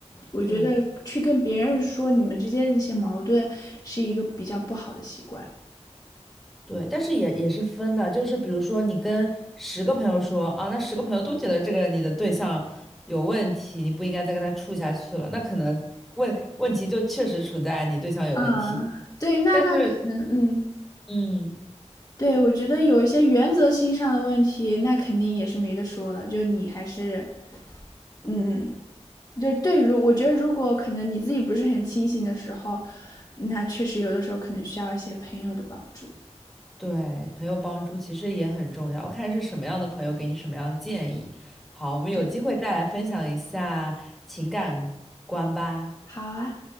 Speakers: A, on the left; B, in the centre.
A: 我觉得去跟别人说你们之间的一些矛盾是一个比较不好的习惯。
B: 对对，但是也也是分的，就是比如说你跟十个朋友说啊，那十个朋友都觉得这个你的对象有问题，你不应该再跟他处下去了，那可能问问题就确实处在你对象有问题。
A: 嗯，对，那那可能，
B: 但是，
A: 嗯。
B: 嗯，
A: 对，我觉得有一些原则性上的问题，那肯定也是没得说了。就你还是，嗯，就对，如我觉得，如果可能你自己不是很清醒的时候，那确实有的时候可能需要一些朋友的帮助。
B: 对，朋友帮助其实也很重要，看是什么样的朋友给你什么样的建议。好，我们有机会再来分享一下情感观吧。
A: 对，好啊。